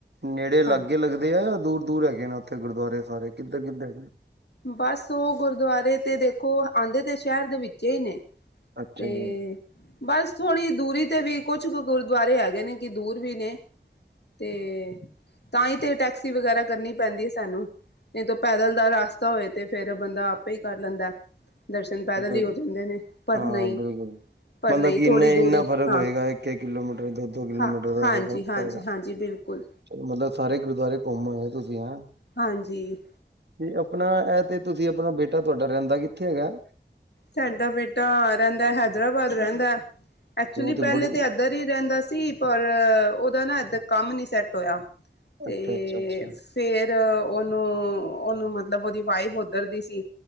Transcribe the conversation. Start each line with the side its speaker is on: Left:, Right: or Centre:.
Right: ਨੇੜੇ ਲਾਗੇ
Left: ਹਾਂਜੀ।
Right: ਲੱਗ <unintelligible> ਦੂਰ-ਦੂਰ ਹੈਗੇ ਨੇ ਉੱਥੇ ਗੁਰਦੁਵਾਰੇ ਸਾਰੇ ਕਿੱਧਾਂ ਕਿੱਧਰ
Left: ਬਸ ਉਹ ਗੁਰਦੁਆਰੇ ਤੇ ਦੇਖੋ ਆਉਂਦੇ ਤੇ ਸ਼ਹਿਰ ਦੇ ਵਿੱਚ ਹੀ ਨੇ
Right: ਅੱਛਾ
Left: ਤੇ
Right: ਜੀ
Left: ਬਸ ਥੋੜ੍ਹੀ ਦੂਰੀ ਤੇ ਵੀ ਕੁਛ ਗੁਰਦੁਆਰੇ ਹੈਗੇ ਨੇ ਕਿ ਦੂਰ ਵੀ ਨੇ ਤੇ ਤਾਂ ਹੀ ਤੇ ਟੈਕਸੀ ਵਗੈਰਾ ਕਰਨੀ ਪੈਂਦੀ ਹੈ ਸਾਨੂੰ। ਜਦੋਂ ਪੈਦਲ ਦਾ ਰਸਤਾ ਹੋਏ ਤੇ ਫਿਰ ਬੰਦਾ ਆਪੇ ਹੀ ਕਰ ਲੈਂਦਾ। ਦਰਸ਼ਨ ਪੈਦਲ
Right: ਹੂੰ
Left: ਹੀ ਹੋ ਜਾਂਦੇ ਨੇ ਪਰ
Right: ਹਾਂ
Left: ਨਹੀਂ।
Right: ਬਿਲਕੁਲ
Left: ਪਰ
Right: ਮਤਲਬ
Left: ਨਹੀਂ
Right: ਕਿ
Left: ਥੋੜ੍ਹੀ
Right: ਇਨਾ
Left: ਦੂਰੀ
Right: ਇੰਨਾ ਫ਼ਰਕ
Left: ਹਾਂ
Right: ਹੋਏਗਾ ਇੱਕ- ਇੱਕ ਕਿਲੋਮੀਟਰ ਦੋ -ਦੋ ਕਿਲੋਮੀਟਰ
Left: ਹਾਂ
Right: ਦਾ
Left: ਹਾਂਜੀ
Right: ਫ਼ਰਕ
Left: ਹਾਂਜੀ
Right: ਪਏਗਾ।
Left: ਹਾਂਜੀ ਬਿਲਕੁਲ
Right: ਮਤਲਬ ਸਾਰੇ ਗੁਰਦੁਆਰੇ ਘੁੰਮ ਹੋਏ ਤੁਸੀਂ ਹਂ
Left: ਹਾਂਜੀ
Right: ਤੇ ਆਪਣਾ ਇਹ ਤੇ ਤੁਸੀਂ ਆਪਣਾ ਬੇਟਾ ਤੁਹਾਡਾ ਰਹਿੰਦਾ ਕਿੱਥੇ ਹੈਗਾ।
Left: ਸਾਡਾ ਬੇਟਾ ਰਹਿੰਦਾ ਹੈਦਰਾਬਾਦ ਰਹਿੰਦਾ ਐਕਚੁਲੀ
Right: ਉਹ ਤੇ
Left: ਪਹਿਲੇ
Right: ਬੜੀ
Left: ਤਾਂ ਇੱਧਰ ਰਹਿੰਦਾ ਸੀ ਪਰ ਉਹਦਾ ਨਾ ਇੱਧਰ ਕੰਮ ਨੀ ਸੈੱਟ ਹੋਇਆ। ਤੇ
Right: ਅੱਛਾ ਅੱਛਾ ਅੱਛਾ
Left: ਫੇਰ ਉਹਨੂੰ, ਉਹਨੂੰ ਮਤਲਬ ਉਹਦੀ ਵਾਈਫ ਉੱਧਰ ਦੀ ਸੀ।